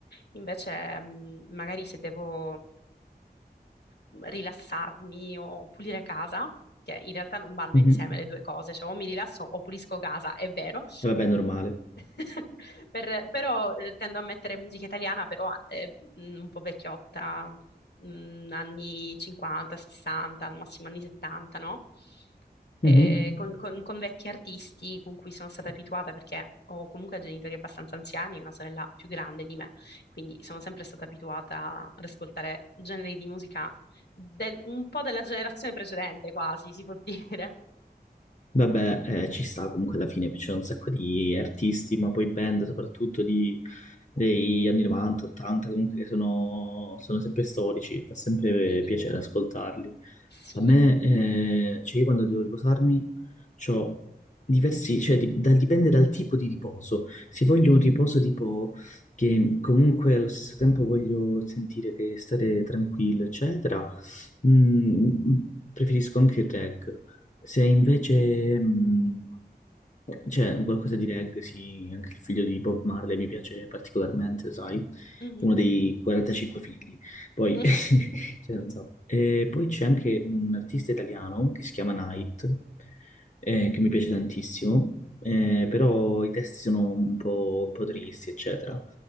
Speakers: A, on the left; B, on the left.
A: Invece, ehm, magari se devo rilassarmi o pulire casa, che in realtà non vanno
B: mhm.
A: insieme le due cose, cioè o mi rilasso o pulisco casa, è vero,
B: E Vabbè, è normale.
A: <laughs> Per- però eh, tendo a mettere musica italiana, però eh, mh, un po' vecchiotta, mh, anni 50, 60, al massimo anni 70, no? Eh,
B: Mhm.
A: con, con- con vecchi artisti con cui sono stata abituata perché ho comunque genitori abbastanza anziani e una sorella più grande di me, quindi sono sempre stata abituata ad ascoltare generi di musica del- un po' della generazione precedente, quasi, si può <laughs> dire.
B: Vabbè, eh, ci sta comunque alla fine, c'è un sacco di artisti, ma poi band soprattutto di- degli anni 90, 80, comunque che sono, sono sempre storici, fa sempre
A: Sì,
B: eh, piacere ascoltarli.
A: sì.
B: A me, eh, cioè io quando devo riposarmi, ho diversi, cioè di- dal- dipende dal tipo di riposo. Se voglio un riposo tipo che comunque allo stesso tempo voglio sentire che stare tranquillo, eccetera, Mm, preferisco anche il reg. Se invece, mm, c'è qualcosa di reg, sì, anche il figlio di Bob Marley mi piace particolarmente, sai,
A: Mhm.
B: uno dei 45 figli. Poi,
A: <laughs>
B: <laughs> cioè, non so. E poi c'è anche un artista italiano che si chiama Night, eh, che mi piace tantissimo, eh, però i testi sono un po', un po' tristi, eccetera.